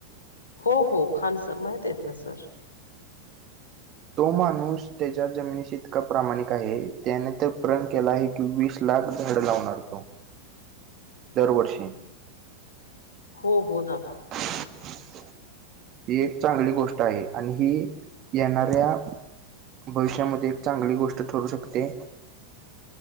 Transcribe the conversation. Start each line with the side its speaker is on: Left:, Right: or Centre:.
Left: हो-हो, खान सर माहित आहेत ना, सर?
Right: तो माणूस त्याच्या जमिनीशी इतका प्रामाणिक आहे. त्याने तर प्रण केला आहे. वीस लाख झाड लावणार तो दरवर्षी.
Left: हो-हो, दादा.
Right: <unintelligible> ही एक चांगली गोष्ट आहे आणि ही येणाऱ्या भविष्यामध्ये एक चांगली गोष्ट ठरू शकते.